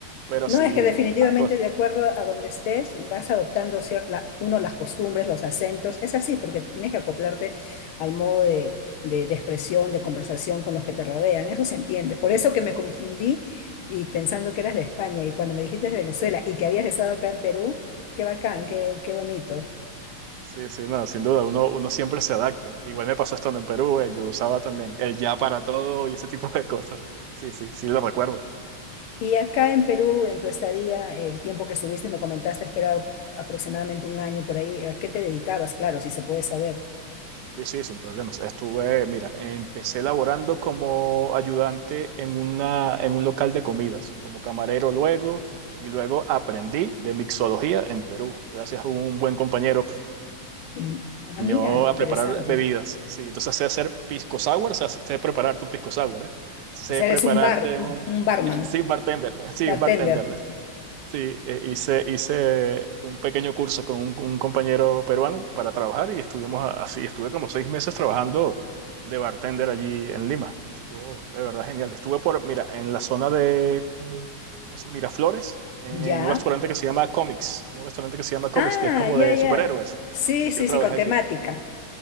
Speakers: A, on the right; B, on the left.
A: pero
B: No,
A: sí,
B: es que definitivamente
A: algo,
B: de acuerdo a donde estés, vas adoptando cierta, uno las costumbres, los acentos. Es así, porque tienes que acoplarte al modo de, de- de expresión, de conversación con los que te rodean. Eso se entiende. Por eso que me confundí y pensando que eras de España y cuando me dijiste de Venezuela y que habías estado acá en Perú, qué bacán, qué,
A: sí,
B: qué bonito.
A: sí, sí, no, sin duda, uno, uno siempre se adapta. Igual me pasó estando en Perú, eh, yo usaba también el ya para todo y ese tipo de cosas. Sí, sí, sí, lo recuerdo.
B: Y acá en Perú, en tu estadía, el tiempo que subiste, me comentaste que era aproximadamente un año por ahí. ¿A qué te dedicabas? Claro, si se puede saber.
A: Sí, sí, sin problemas. Estuve, mira, empecé laborando como ayudante en una, en un local de comidas, como camarero luego, y luego aprendí de mixología en Perú, gracias a un buen compañero que
B: Mm. Ah,
A: me
B: mira,
A: enseñó
B: interesante.
A: a preparar bebidas. Sí, entonces sé hacer pisco sour, sé, sé prepararte un pisco sour, ¿eh? Sé
B: O sea,
A: prepararte
B: eres un bar, un
A: un...
B: un barman,
A: <laughs> Sí, bartender, sí,
B: bartender.
A: bartender. Sí, eh, hice, hice un pequeño curso con un, un compañero peruano para trabajar y estuvimos a- así, estuve como seis meses trabajando de bartender allí en Lima. Estuvo de verdad genial. Estuve por, mira, en la zona de mm, ¿cómo se- Miraflores, en
B: Ya.
A: un restaurante que se llama Comics, un restaurante que se llama Comics,
B: Ah,
A: que es como
B: ya,
A: de
B: ya.
A: superhéroes.
B: Sí, sí,
A: Yo trabajé
B: sí, con temática.
A: allí.